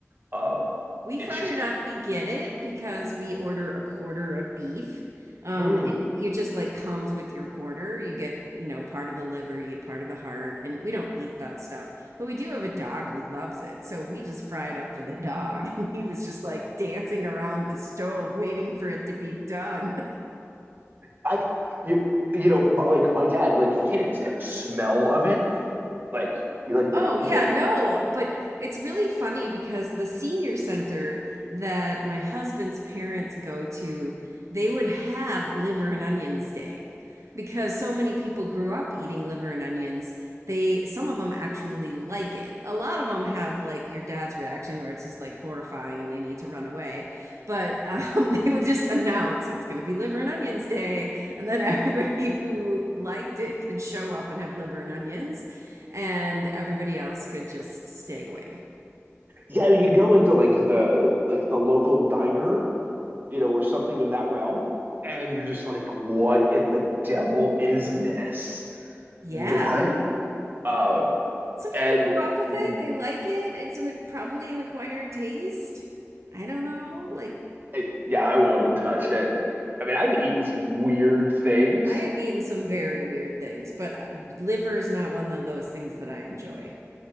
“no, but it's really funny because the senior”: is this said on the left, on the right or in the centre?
Right